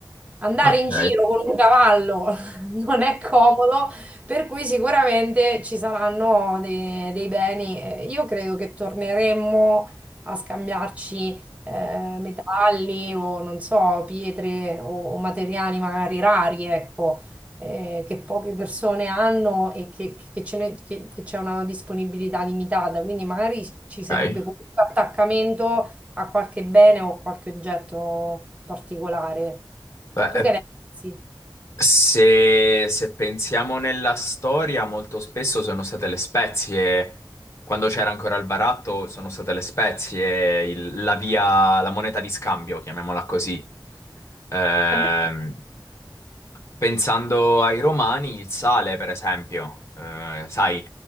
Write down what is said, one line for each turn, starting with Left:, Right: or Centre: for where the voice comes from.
Right: Andare
Left: ok.
Right: in giro con un cavallo <laughs> non è comodo, per cui sicuramente ci saranno de- dei beni. Eh, Io credo che torneremmo a scambiarci eh, metalli o non so, pietre o, o materiali magari rari, ecco, eh, che poche persone hanno e che, che ce ne- che- che c'è una disponibilità limitata. Quindi magari ci sarebbe
Left: Ok.
Right: comunque attaccamento a qualche bene o qualche oggetto particolare.
Left: Beh,
Right: Tu che ne pensi?
Left: Se, se pensiamo nella storia, molto spesso sono state le spezie, quando c'era ancora il baratto, sono state le spezie, il- la via, la moneta di scambio, chiamiamola così. Ehm,
Right: È vero?
Left: Pensando ai romani, il sale, per esempio, eh, sai,